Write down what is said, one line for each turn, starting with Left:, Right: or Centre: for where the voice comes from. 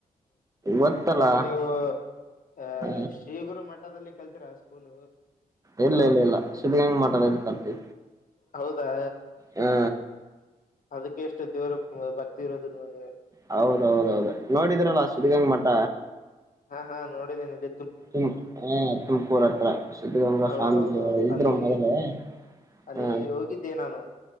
Right: ಗೊತ್ತಲ್ಲ
Left: ಮತ್ತೆ ನೀವು ಆ
Right: ಹ
Left: ಶ್ರೀಗುರು ಮ ಹದಲ್ಲಿ ಕಲ್ತರಾ ಸ್ಕೂಲ್
Right: ಇಲ್ಲ ಇಲ್ಲ ಇಲ್ಲ ಸು್ದಿ ಹೆಂಗ್ ಮಾತದ ಇ ಕಂತೀ
Left: ಹೌದಾ
Right: ಹಾ
Left: ಅದಕ್ಕೆ ಎಷ್ಟು ದೇವ್ರ ಭಕ್ತಿ ಇರೋದುಗೆ
Right: ಹೌದೌದೌದು ನೋಡಿದ್ರಲ್ಲ ಸ್ದಿಗಂಗ ಮಠ
Left: ಹಾ ಹಾ ನೋಡಿದ್ದೀೇಿ ಇಡ
Right: ುಮ ಹ ತುಮಕೂರು ಹತ್ರ ಸಿದ್ಧಗಂಗಾ
Left: ಹೌದೌದೌದು
Right: ಸ್ವಾಮೀಜಿ ಇದರು
Left: ಅಲ್ಲಿ
Right: ಮೊದಲೇ
Left: ಅಲ್ಲಿ
Right: ಹಾ
Left: ಹೋಗಿದ್ದೆ ನಾನು